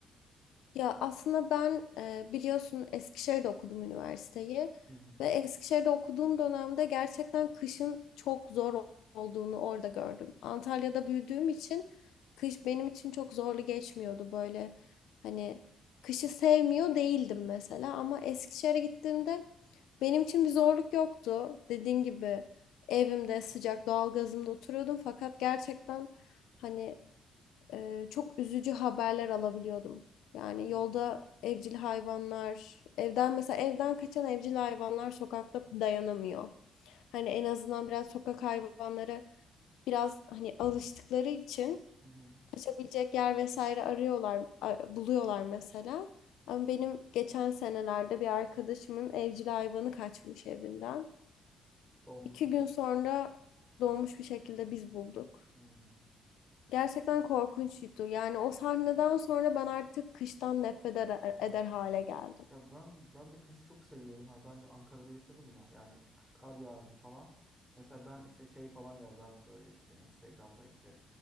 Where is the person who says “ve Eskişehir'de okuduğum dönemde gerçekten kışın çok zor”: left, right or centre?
Left